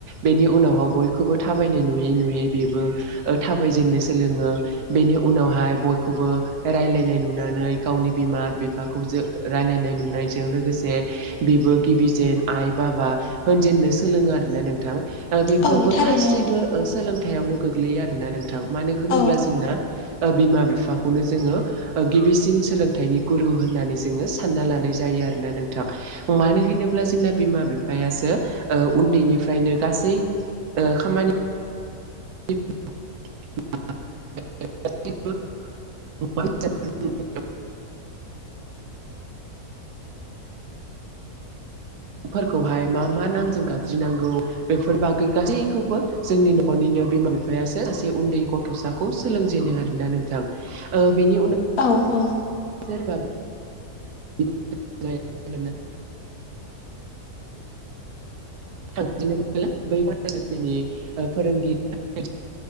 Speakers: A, on the right; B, on the left.
A: बेनि उनावह बयखौबो थाबायनाय नुयै नुयै बेबो थाबायजेननो सोलोङो बेनि उनावहाय बयखौबो राय्लायनाय नुनानै गावनि बिमा बिफाखौ ज राय्लायनाय नुनायजों लोगोसे बेबो गिबि जेन आइ बाबा होनजेननो सोलोङो आरोोना नोंथां बेफोरबो
B: औ थारैनो
A: गासैबो
B: नोंथां
A: सोलोंथायाइआवनो गोग्लैयो आर ना नोंथां मानो होनोब्ला
B: औ
A: जोंना बिमा बिफाखौनो जोङो गिबिसिन सोलोंथाइनि गुरु होननानै जोङो सानना लानाय जायो आरोना नों थां मानो होनोब्ला जोंना बिमा बिफायासो उन्दैनिफ्रायनो गासै खामानि गप भ <inaudible> फोरखौहाय मा मा नामजों गाबज्रिनांगौ बेफोर बागै गासैखौबो जोंनि न'खरनिनो बिमा बिफायासो सासे उन्दै गथ'साखौ सोलोंजेनो आर ना नोंथां ओ बेनि उनाव
B: औ औ
A: <inaudible> <inaudible> थांनोबोला बै फरायसालिनि फोरोंगिरि